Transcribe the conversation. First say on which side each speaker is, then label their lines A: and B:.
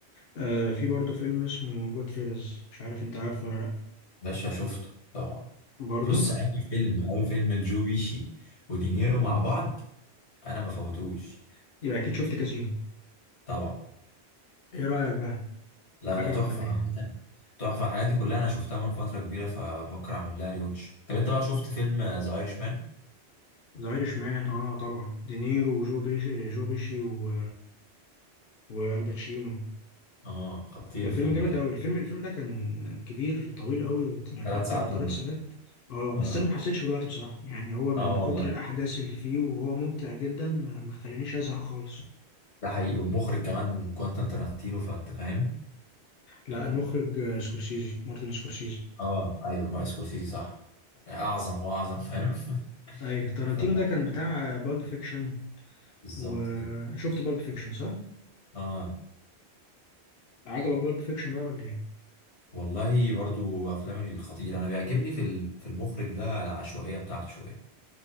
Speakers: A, on the left; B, on the left.
A: آه في برضه فيلم اسمه جود فيلز مش عارف انت عارفه ولا لا
B: باشا شفته طبعا
A: برضه
B: بص أي فيلم أي فيلم لجو بيشي ودينيرو
A: مم.
B: مع بعض أنا ما فوتوش
A: يبقى اكيد شفت كازينو
B: طبعا
A: ايه رأيك بقى
B: لا
A: عجبك
B: لا تحفة
A: ولا ايه
B: عامة تحفة الحاجات دي كلها أنا شفتها من فترة كبيرة فبفكر أعمل لها ريوتش طب أنت بقى شفت فيلم ذا أيرش مان؟
A: ذا ايرش مان اه طبعا دينيرو وجو بيشي جو بيشي و... والباتشينو
B: آه خطير
A: كان
B: الفيلم
A: فيلم جامد
B: ده
A: قوي الفيلم الفيلم ده كان كبير طويل قوي وت- يعني
B: ثلاث
A: اكتر
B: ساعات
A: من ثلاث
B: ونص
A: ساعات اه
B: آه
A: بس انا ما حسيتش بالوقت بصراحه يعني هو من
B: آه
A: كتر
B: والله
A: الاحداث اللي فيه وهو ممتع جدا ما ما خلانيش ازهق خالص
B: ده حقيقي ومخرج كمان كوانتين تارانتينو فأنت فاهم
A: لا المخرج آه، سكورسيزي مارتن سكورسيزي
B: اه ايوه مارتن سكورسيزي صح اعظم واعظم فاهم <laughs>
A: ايوه تارانتينو
B: ف
A: ده كان بتاع بالب فيكشن
B: بالظبط
A: وشفت
B: كده
A: بالب فيكشن صح؟
B: اه
A: عجبك بالب فيكشن بقى ولا ايه؟
B: والله برضو افلام الخطير انا بيعجبني في ال- في المخرج ده العشوائيه بتاعته شويه